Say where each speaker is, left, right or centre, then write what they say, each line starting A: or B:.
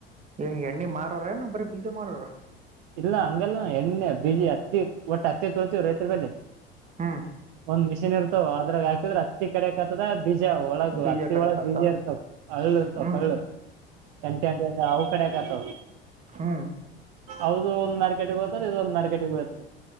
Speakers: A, on the right; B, on the right.
A: ಈಂಗ ಎಣ್ಣೆ ಮಾರೋ್ರ ನ ಬರೀ ಬೀಜ ಮಾರೋ್ರ
B: ಇಲ್ಲ ಹಂಗಲ್ಲ ಎಣ್ಣೆ ಬೀಜಿ ಹತ್ತಿ ಒಟ್ಟು ಹತ್ತೆ ತಗತೀವ ರೈತರ ಬೆಲ್ಲಿ
A: ಹ್ಞೂ
B: ಒಂದ್ ಮ ಇರ್ವ ಅದಾಗ ಹಾಕಿದ್ರ ಅಿ ಕಡೆ ಆಗ್ತದ ಬೀಜ ಒಳಗ
A: ಬೀಜ
B: ಹತ್ತಿ
A: ಕಡಕತ್ತ
B: ಒಳಗ್ ಬೀಜ ಇರ್ತಾವ ಹಳ್ಳು ಇರ್ತಾವ
A: ಹ್ಮ್
B: ಕಳ್ಳು ಎಂಟ ಎಂಟ ಅಂದ್ರ ಅವವು ಕಡೆಕತ
A: ಹ್ಮ
B: ಹೌದು ಒಂದ್ ಮಾರ್ಕೆಟಿಗೆಗ ಹೋ್ತದೆ ಇದು ಒಂದ್ ಮಾರ್ಕೆಟಿಗೆ ಹೋಗಯ್ತದೆ